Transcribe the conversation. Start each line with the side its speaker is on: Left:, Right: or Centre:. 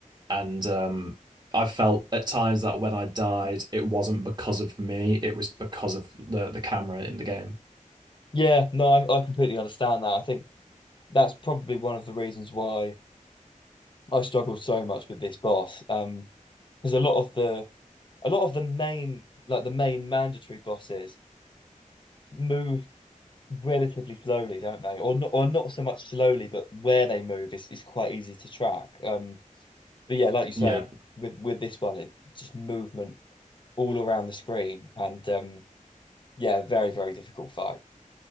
Right: And um, I felt at times that when I died, it wasn't because of me, it was because of the the camera in the game.
Left: Yeah, no, I, I completely understand that. I think that's probably one of the reasons why I struggled so much with this boss. Um, because a lot of the a lot of the main like the main mandatory bosses move relatively slowly, don't they? Or not, or not so much slowly, but where they move is, is quite easy to track. Um, but yeah, like you say,
Right: Yeah.
Left: with with this one, it just movement all around the screen, and um, yeah, very very difficult fight